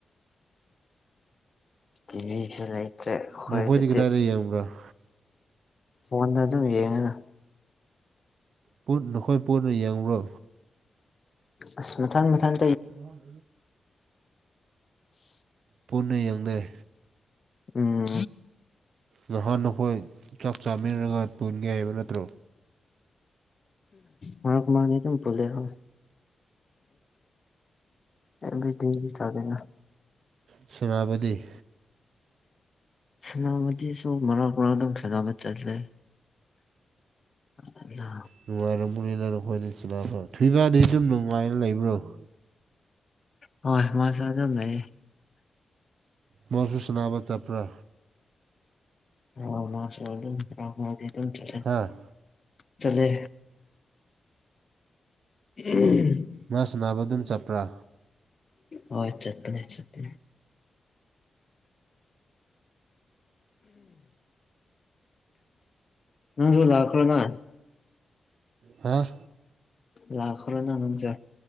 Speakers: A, on the left; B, on the right.
A: ꯇꯤꯚ ꯐ ꯂꯩꯥꯏ ꯅꯠꯇ꯭ꯔꯦ ꯍꯣꯏ
B: ꯅꯈꯣꯏꯗꯤ
A: ꯑꯗꯨꯗꯤ
B: ꯀꯗꯥꯏꯗ ꯌꯦꯡꯕ꯭ꯔꯥ
A: ꯐꯣꯟꯗ ꯑꯗꯨꯝ ꯌꯦꯡꯉꯅ
B: ꯠ ꯅꯈꯣꯏ ꯄꯨꯠꯟꯅ ꯌꯦꯡꯂꯨꯔꯣ
A: ꯑꯁ ꯃꯊꯪ ꯃꯊꯪ
B: ꯣꯟ
A: <inaudible>
B: ꯄꯨꯟꯅ ꯌꯦꯡꯅꯩ
A: ꯎꯝ
B: ꯅꯍꯥꯟ ꯑꯩꯈꯣꯏ ꯆꯥꯛ ꯆꯥꯃꯤꯟꯅꯔꯒ ꯄꯨꯣꯏꯟꯒꯦꯏꯑꯕ ꯅꯠꯇ꯭ꯔꯣ
A: ꯃꯥꯔ ꯀꯨ ꯃꯥꯥꯡꯅꯤꯇꯝ ꯐꯂꯦ ꯍꯣ ꯑꯦꯕꯤꯕꯤ ꯇꯗꯅ
B: ꯁꯅꯥꯕꯗꯤ
A: ꯁꯥꯟꯅꯕꯗꯤꯁꯨ ꯃꯔꯛ ꯃꯔꯥꯡ ꯑꯗꯨ ꯈꯦꯅꯕ ꯆꯠꯂꯦ ꯑꯗ
B: ꯅꯨꯡꯉꯥꯏꯔꯝꯃꯅꯤꯅ ꯅꯈꯣꯏꯗ ꯆꯤꯜꯄ ꯊꯣꯏꯕꯗꯨ ꯁꯨꯝ ꯅꯨꯡꯉꯥꯏꯅ ꯂꯩꯕ꯭ꯔꯣ <inaudible>
A: ꯍꯣꯏ ꯃꯥꯁ ꯑꯗꯨꯝ ꯂꯩꯌꯦ
B: ꯃꯐꯨꯁ ꯅꯥꯕ ꯆꯠꯄ꯭ꯔꯥ
A: ꯑꯥꯎ ꯃꯥ ꯁꯣ ꯑꯗꯨꯝꯃ ꯃꯥ ꯑꯗꯨꯝ ꯆ
B: ꯍꯥ
A: ꯆꯂꯦ ꯎꯝ
B: ꯃꯥꯁꯨ ꯅꯥꯕ ꯑꯗꯨꯝ ꯆꯠꯄ꯭ꯔꯥ
A: ꯍꯣꯏꯠ ꯆꯠꯄꯅꯦ ꯆꯠꯄꯅꯤ ꯅꯪꯁꯨꯣ ꯂꯥꯛꯈ꯭ꯔꯅꯥ
B: ꯍꯥꯥ
A: ꯂꯈꯣꯔ ꯂꯅꯅꯝꯆꯥ